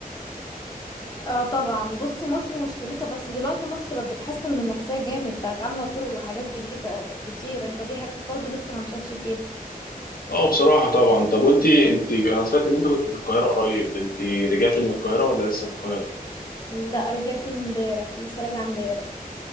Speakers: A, on the left; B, on the left.
A: اه طبعا بص مصر مشكلتها بس دلوقتي مصر بقت بتحسن من نفسها جامد بقت عاملة طرق وحاجات جديدة كتير انت في حاجات برضو لسه ما مشيتش فيها
B: اه بصراحة طبعا طب وانت انت انا سمعت ان انت كنت في القاهرة قريب انت رجعتي من القاهرة ولا لسه في القاهرة
A: لا رجعت امبارح لسه راجعة امبارح